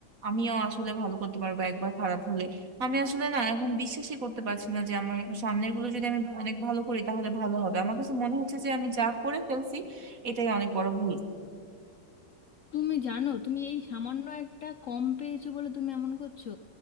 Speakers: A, on the right; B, on the left.
A: আমিও আসলে ভালো করতে পারবো একবার খারাপ হলে আমি আসলে না এখন বিশ্বাসই করতে পারছি না যে আমার সামনের গুলো যদি আমি অনেক ভালো করি তাহলে ভালো হবে আমার কাছে মনে হচ্ছে যে আমি যা করে ফেলছি এটাই অনেক বড় ভুল
B: তুমি জানো তুমি এই সামান্য একটা কম পেয়েছো বলে তুমি এমন করছো